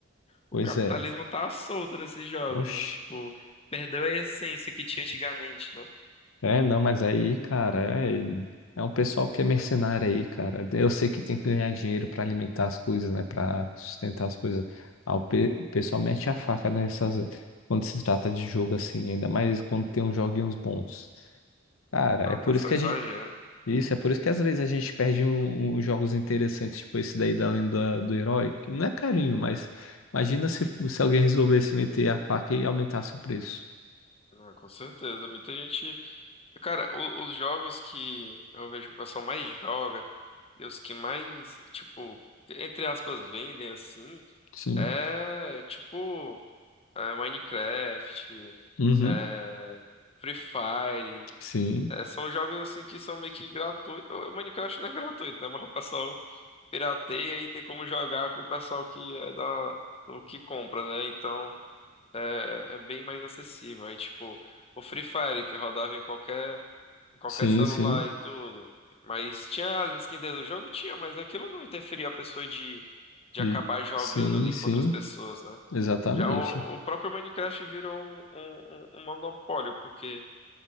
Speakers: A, on the left; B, on the left.
A: o
B: pois
A: capitalismo
B: é,
A: tá solto nesses jogos,
B: oxe.
A: né? Tipo, perdeu a essência que tinha antigamente, né?
B: É, não, mas aí, cara, é, é um pessoal que é mercenário aí, cara. Eu sei que tem que ganhar dinheiro pra alimentar as coisas, né, Pra sustentar as coisas. Ah, o pe- o pessoal mete a faca nessas quando se trata de jogo assim, ainda mais quando tem uns joguinhos bons. Cara,
A: Ah,
B: é por
A: o pessoal
B: isso que a
A: exagera.
B: gente isso, é por isso que às vezes a gente perde um- um, uns jogos interessantes, tipo esse daí da Lenda do Herói, que não é carinho, mas imagina se, se alguém resolvesse meter a faca e aumentasse o preço.
A: Ah, com certeza. Muita gente. Cara, o- os jogos que eu vejo que o pessoal mais joga e os que mais, tipo, entre aspas, vendem assim,
B: Sim.
A: é tipo é, Minecraft,
B: Uhum.
A: é, Free Fire.
B: Sim.
A: é, são jogos assim que são meio que gratuitos. O Minecraft não é gratuito, né? Mas o pessoal pirateia e tem como jogar com o pessoal que é da, do que compra, né? Então é, é bem mais acessível. Aí, tipo, o Free Fire que rodava em qualquer. qualquer
B: Sim,
A: celular
B: sim.
A: e tudo. Mas tinha as skins do jogo? Tinha, mas aquilo não interferia a pessoa de, de
B: De-
A: acabar jogando
B: Sim,
A: ali
B: sim,
A: com outras pessoas, né?
B: exatamente.
A: Já o, o próprio Minecraft virou um, um- um um monopólio, porque